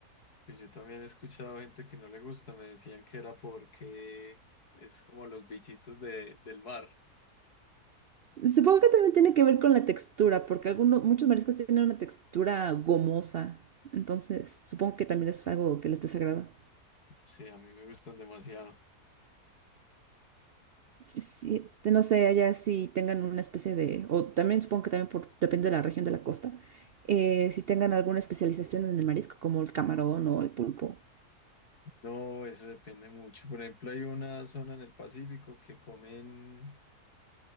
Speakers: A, on the left; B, on the right.
A: Pues yo también he escuchado gente que no le gusta, me decían que era porque es como los bichitos de, del mar.
B: Supongo que también tiene que ver con la textura, porque algunos, muchos mariscos tienen una textura gomosa. Entonces, supongo que también es algo que les desagrada.
A: Sí, a mí me gustan demasiado.
B: Sí, este, no sé, allá si tengan una especie de, o también supongo que también por, depende de la región de la costa, eh, si tengan alguna especialización en el marisco, como el camarón o el pulpo.
A: No, eso depende mucho. Por ejemplo, hay una zona en el Pacífico que comen,